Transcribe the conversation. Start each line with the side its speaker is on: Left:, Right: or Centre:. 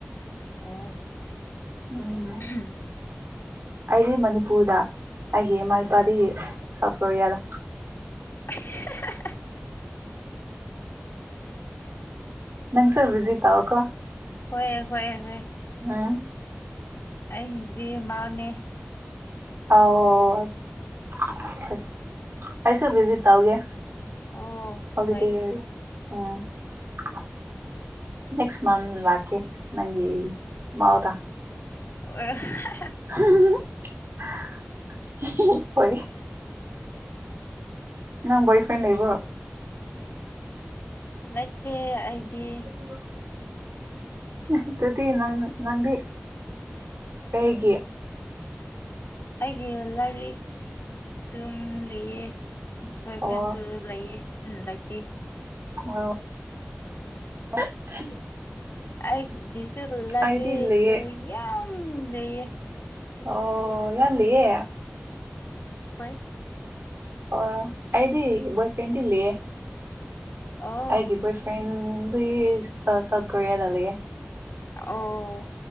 Left: ꯑꯣ
Right: ꯎꯝ
Left: <unintelligible>
Right: ꯑꯩꯗꯤ ꯃꯅꯤꯄꯨꯔꯗ ꯑꯩꯒꯤ ꯏꯃꯥ ꯏꯄꯥꯗꯤ ꯁꯥꯎꯠ ꯀꯣꯔꯤꯌꯥꯗ
Left: <unintelligible>
Right: ꯅꯪꯁꯨ ꯕꯤꯖꯤ ꯇꯥꯎꯑꯣꯀꯣ
Left: ꯍꯣꯏꯌꯦ ꯍꯣꯏꯌꯦ ꯍꯣꯏ
Right: ꯎꯝ
Left: ꯑꯩꯗꯤ ꯃꯥꯅꯦ
Right: ꯑꯥꯎ <unintelligible> ꯄꯁ ꯑꯩꯁꯨ ꯚꯤꯖꯤꯠ ꯇꯧꯒꯦ
Left: ꯑꯣ
Right: ꯍꯣꯂꯤꯗꯦ
Left: ꯍꯣꯏ
Right: ꯎꯝ <unintelligible> ꯅꯦꯛꯁ ꯃꯟ ꯂꯥꯛꯀꯦ ꯅꯪꯒꯤ ꯃꯣꯜꯗ
Left: ꯑꯣ ꯍꯥ ꯍꯥ
Right: <unintelligible> ꯍꯤꯍꯤꯍꯤ ꯍꯣꯏ ꯅꯪ ꯕꯣꯏꯐ꯭ꯔꯦꯟ ꯂꯩꯕ꯭ꯔꯣ
Left: ꯂꯩꯇꯦ ꯑꯩꯗꯤ
Right: ꯎꯝ ꯑꯗꯨꯗꯤ ꯅꯪ ꯅꯪꯗꯤ ꯀꯩꯒꯤ
Left: ꯑꯩꯒꯤ ꯂꯥꯏꯔꯤꯛ ꯇꯝ ꯂꯩꯌꯦ ꯕꯣꯏꯐ꯭ꯔꯦꯟꯗꯨ
Right: ꯑꯣ
Left: ꯂꯩꯌꯦ ꯂꯩꯇꯦ
Right: ꯑꯣ <inaudible>
Left: ꯑꯩꯒꯤꯁꯨꯨ ꯂꯔꯤꯛꯇꯨ
Right: ꯑꯩꯗꯤ ꯂꯩꯌꯦ
Left: ꯌꯥꯝ ꯂꯩꯌꯦ
Right: ꯑꯣ ꯌꯥꯝ ꯂꯩꯌꯦ
Left: ꯍꯣꯏ
Right: ꯑꯣ ꯑꯩꯗꯤ ꯕꯣꯏꯐ꯭ꯔꯦꯟꯗꯤ ꯂꯩꯌꯦ
Left: ꯑꯣ
Right: ꯑꯩꯒꯤ ꯕꯣꯏꯐ꯭ꯔꯦꯟꯗꯤ ꯁꯥꯎꯠ ꯀꯣꯔꯤꯌꯥꯗ ꯂꯩꯌꯦ
Left: ꯑꯣ